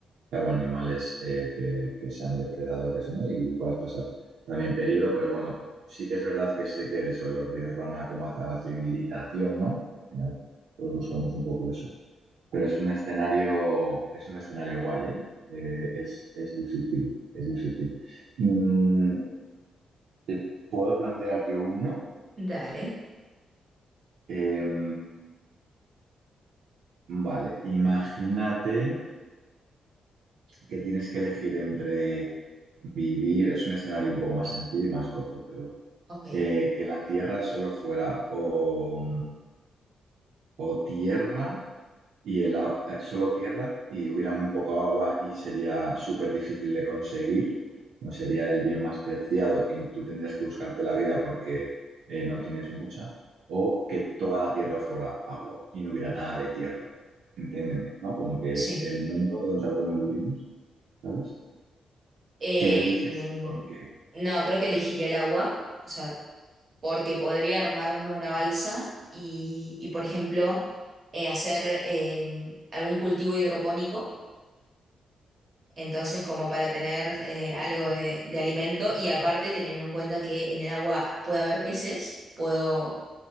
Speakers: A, on the right (about 85°); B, on the right (about 35°).
A: claro, animales eh, que, que sean depredadores, ¿no? Y puedas pasar también peligro, pero bueno, sí que es verdad que sé que eso, los ríos van a como hacia la civilización, ¿no? Al final, todos buscamos un poco eso. Pero es un escenario, es un escenario guay, ¿eh? Eh, es, es difícil, es difícil. Mm, ¿te puedo plantear yo uno?
B: Dale.
A: Em, vale, imagínate que tienes que elegir entre vivir, es un escenario un poco más sencillo y más corto, pero
B: Ok,
A: eh, que la Tierra solo fuera o, o tierra y el, a- eh, solo tierra y hubiera muy poco agua y sería súper difícil de conseguir, no sería el bien más preciado y tú tendrías que buscarte la vida porque eh, no tienes mucha, o que toda la tierra fuera agua y no hubiera nada de tierra. Entiéndeme, ¿no? Como que
B: sí.
A: el mundo donde algunos vivimos, ¿sabes?
B: Eh,
A: ¿Qué eliges?
B: em,
A: Porque,
B: no, creo que elegiría el agua, o sea, porque podría armarme una balsa y, y, por ejemplo, eh, hacer em, algún cultivo hidropónico, entonces como para tener eh, algo de, de alimento y aparte teniendo en cuenta que en el agua puede haber peces, puedo,